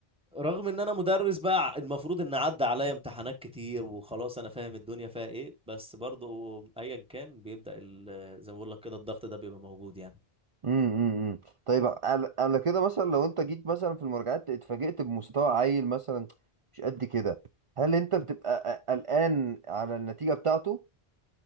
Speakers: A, in the centre; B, on the right (about 40°).
A: رغم ان انا مدرس بقى المفروض ان عدى عليا امتحانات كتير وخلاص انا فاهم الدنيا فيها ايه بس برضو ايا كان بيبدأ ال- زي ما بقول لك كده الضغط ده بيبقى موجود يعني
B: امم امم امم. طيب على على كده مثلا لو انت جيت مثلا في المراجعات اتفاجئت بمستوى عيل مثلا مش قد كده هل انت بتبقى ق- قلقان على النتيجة بتاعته